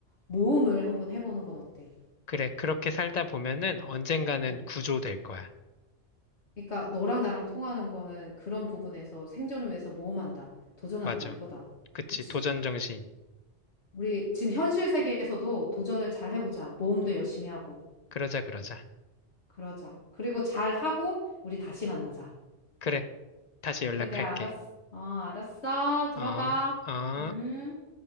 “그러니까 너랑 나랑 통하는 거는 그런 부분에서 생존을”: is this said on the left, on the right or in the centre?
Left